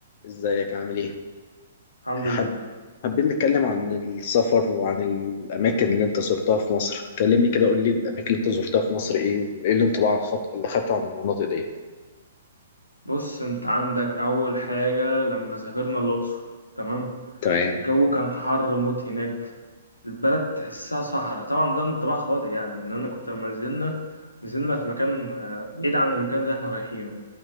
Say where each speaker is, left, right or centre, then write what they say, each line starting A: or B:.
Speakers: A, on the left; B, on the left.
A: ازيك عامل ايه؟
B: الحمد
A: حب...
B: لله
A: حابين نتكلم عن السفر وعن الأماكن اللي أنت زرتها في مصر، كلمني كده قول لي الأماكن اللي أنت زرتها في مصر إيه وإيه الانطباع الخط... اللي خدته عن المناطق ديت؟
B: بص انت عندك اول حاجة لما سافرنا الاقصر تمام
A: تمام
B: الجو كان حر موت هناك البلد تحسها صحراء طبعا ده انطباع خاطئ يعني ان انا كنت لما نزلنا نزلنا في مكان آه، بعيد عن المكان اللي احنا رايحينه